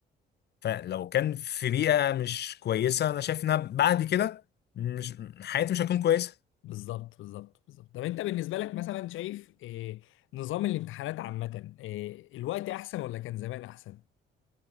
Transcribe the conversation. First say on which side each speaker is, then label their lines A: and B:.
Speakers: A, on the left (about 55°); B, on the left (about 80°).
A: فلو كان في بيئه مش كويسه انا شايف انها بعد كده مش حياتي مش هتكون كويسه
B: بالظبط بالظبط بالظبط طب انت بالنسبه لك مثلا شايف إيه نظام الامتحانات عامه إيه الوقت احسن ولا كان زمان احسن